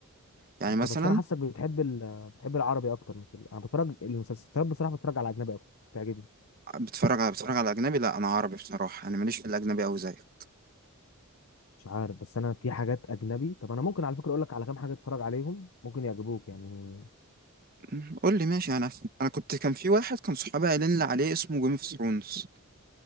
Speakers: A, on the right; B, on the left.
A: يعني
B: انت
A: مثلا
B: بس انا حاسك بتحب ال... بتحب العربي اكتر من الفيلم انا بتفرج المسلسلات بصراحه بتفرج على اجنبي اكتر تعجبني
A: بتتفرج على بتتفرج على اجنبي لا انا عربي بصراحه انا ماليش في الاجنبي قوي زيك
B: مش عارف بس انا في حاجات اجنبي طب انا ممكن على فكره اقول لك على كام حاجه اتفرج عليهم ممكن يعجبوك يعني
A: م، قول لي ماشي انا انا كنت كان في واحد كان صحابي قايلين لي عليه اسمه جيم اوف ثرونز